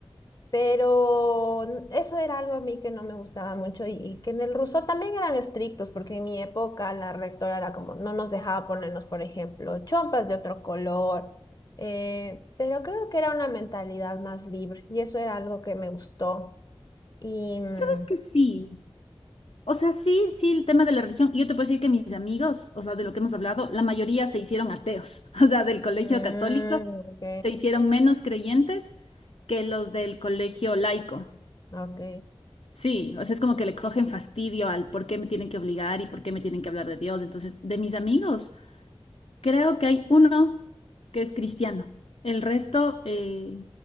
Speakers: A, on the left (about 45°); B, on the left (about 80°).
A: Pero n- eso era algo a mí que no me gustaba mucho y, y que en el ruso también eran estrictos, porque en mi época la rectora era como, no nos dejaba ponernos, por ejemplo, chompas de otro color, eh, pero creo que era una mentalidad más libre y eso era algo que me gustó. Y... mm,
B: ¿Sabes que sí? O sea, sí, sí, el tema de la religión. y Yo te puedo decir que mis amigos, o sea, de lo que hemos hablado, la mayoría se hicieron ateos. <laughs> O sea, del colegio
A: mm,
B: católico
A: ok,
B: se hicieron menos creyentes que los del colegio laico.
A: ok.
B: Sí, o sea, es como que le cogen fastidio al por qué me tienen que obligar y por qué me tienen que hablar de Dios. Entonces, de mis amigos, creo que hay uno que es cristiano. El resto, eh,